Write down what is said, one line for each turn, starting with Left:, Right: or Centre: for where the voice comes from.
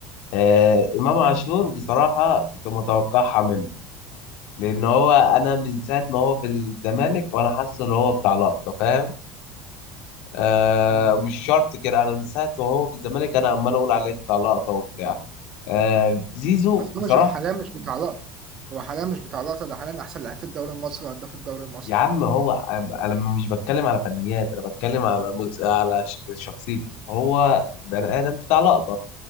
Left: آه امام عاشور بصراحه كنت متوقعها منه لان هو انا من ساعه ما هو في الزمالك وانا حاسه ان هو بتاع لقطه فاهم آه
Right: مم.
Left: مش شرط كده انا من ساعه ما هو في الزمالك انا عمال اقول عليه بتاع لقطه وبتاع آه زيزو
Right: بس هو
Left: بصراحه
Right: مش حاليا مش بتاع لقطة هو حاليا مش بتاع لقطة ده حاليا احسن لاعب في الدوري المصري وهداف الدوري المصري
Left: يا عم هو انا مش بتكلم على فنيات انا بتكلم على مز... على ش- شخصيته هو بني ادم بتاع لقطه